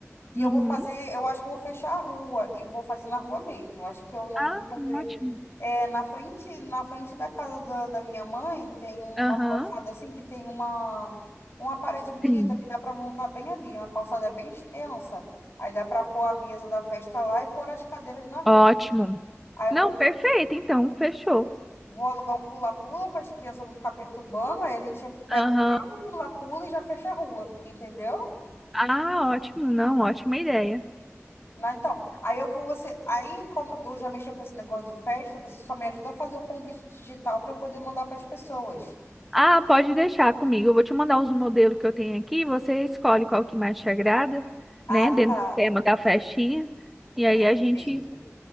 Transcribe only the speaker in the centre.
Uhum.
Ah,
ótimo.
Aham.
Sim.
Ótimo.
Não,
perfeito, então, fechou.
Aham.
Ah, ótimo. Não, ótima ideia.
Ah, pode deixar comigo. Eu vou te mandar os modelos que eu tenho aqui. Você escolhe qual que mais te agrada,
né? Dentro
do tema da festinha. E aí
a gente